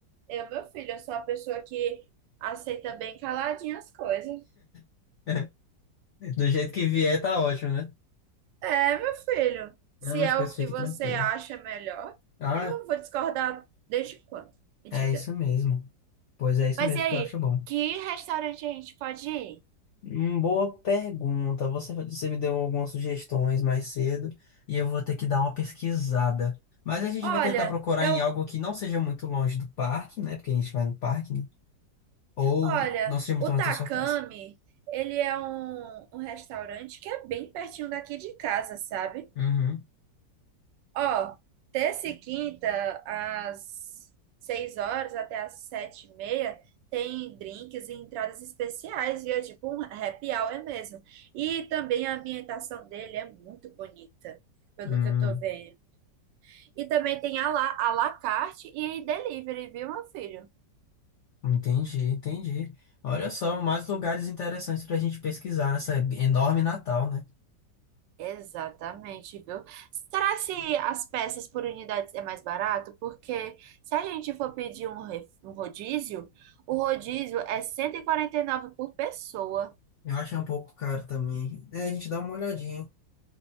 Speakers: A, on the right; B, on the left.
A: eu, meu filho, eu sou a pessoa que aceita bem caladinha as coisas.
B: <laughs> Do jeito que vier, tá ótimo, né?
A: É, meu filho, se
B: Não, mas
A: é
B: pois
A: o que
B: fique
A: você
B: tranquila.
A: acha melhor,
B: Ah,
A: eu vou discordar desde quando? Me
B: é
A: diga.
B: isso mesmo. Pois é isso
A: Mas
B: mesmo
A: e aí,
B: que eu acho bom.
A: que restaurante a gente pode ir?
B: Hum, Boa pergunta. Você, você me deu algumas sugestões mais cedo e eu vou ter que dar uma pesquisada. Mas a gente
A: Olha,
B: vai tentar procurar
A: eu
B: em algo que não seja muito longe do parque, né? Porque a gente vai no parque, né? Ou
A: Olha,
B: não seja muito
A: o
B: longe
A: Takami,
B: da sua casa.
A: ele é um, um restaurante que é bem pertinho daqui de casa, sabe?
B: Uhum.
A: Ó, terça e quinta, às seis horas até às sete e meia, tem drinks e entradas especiais, viu? É tipo um happy hour mesmo. E também a ambientação dele é muito bonita, pelo
B: Hum,
A: que eu tô vendo. E também tem a la, à la carte e delivery, viu, meu filho?
B: entendi, entendi. Olha só, mais lugares interessantes pra gente pesquisar nessa enorme Natal, né?
A: Exatamente, viu? Será se as peças por unidades é mais barato? Porque se a gente for pedir um, re- um rodízio, o rodízio é cento e e quarenta e nove por pessoa.
B: Eu achei um pouco caro também. É, a gente dá uma olhadinha.